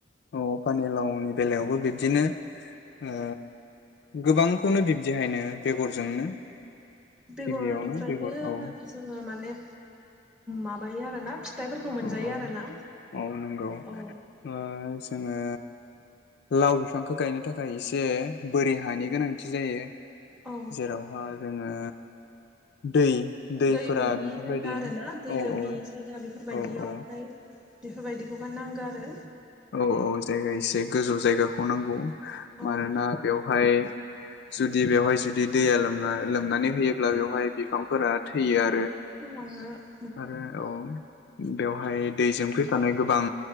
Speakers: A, on the left; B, in the centre.
A: औ पानिलावनि बेलायावबो बिब्दिनो ओ गोबांखौनो बिब्दिहायनो बेगरजोंनो
B: बेगरनिफ्रायनो
A: गिबियावनो बेगर औ
B: जोङो माने माबायो आरोना फिथाइफोरखौ मोनजायो
A: औ औ-औ
B: आरोना
A: नोंगौ
B: औ
A: ओ जोङो लाव बिफांखो गायनो थाखाय एसे बोरि हानि गोनांथि जायो।
B: औ
A: जेरावहा जोङो दै दैफोरा
B: दै मोनि
A: बेफोरबायदि
B: जायगा आरो ना दै
A: औ
B: लोमि
A: औ
B: जायगा बेफोरबा
A: औ
B: बियावहाय
A: औ
B: बेफोरबायदिखौ बा नांगो आरो
A: औ औ जायगा एसे गोजौ जायगाखौ नांगौ
B: औ
A: मानोना बेवहाय जुदि बेवहाय जुदि दैया लोमना-लोमनानै होयोब्ला बेवहाय बिफांफोरा थैयो आ
B: <unintelligible>
A: आरो औ बेवहाय दै जामफै थानाय गोबां